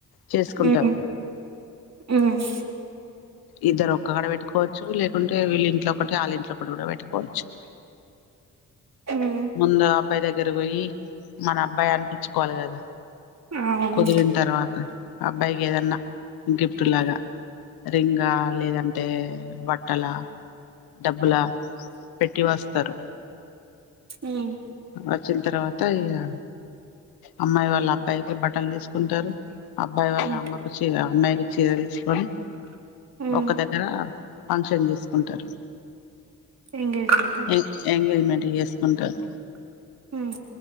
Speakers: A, on the left; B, on the right.
A: చేసుకుంటాం
B: మ్ మ్
A: ఇద్దర్ ఒక్క కడ బెట్ ఒవచ్చు లేకుంటే వీళ్ళ ఇంట్లో ఒకటి వాళ్ళ ఇంట్లో ఒకటి కూడా పెట్టుకోవచ్చు
B: ఉమ్
A: ముందు అబ్బాయ్ దగ్గరవోయి మన అబ్బాయి అనిపించుకోవాలి కదా
B: అవును
A: కుదిరిన్ తర్వాత అబ్బాయికి ఏదన్నా గిఫ్ట్ లాగా రింగా లేదంటే బట్టల డబ్బులా పెట్టి వస్తరు
B: ఉమ్
A: వచ్చిన్ తర్వాత ఇగా అమ్మాయి వాళ్ళ అబ్బాయికి బటల్ తీసుక్ ఉంటారు అబ్బాయి వాళ్ళ
B: ఉమ్
A: అమ్మకు చీర అమ్మాయికి చీర తీసుకొని
B: ఉమ్
A: ఒక దగ్గరా ఫంక్షన్ చేసుకుంటార్
B: ఎంగేజ్మెంట్ ఆ
A: ఎంగ్ ఎంగేజ్మెంట్ చేసుకుంటర్
B: ఉమ్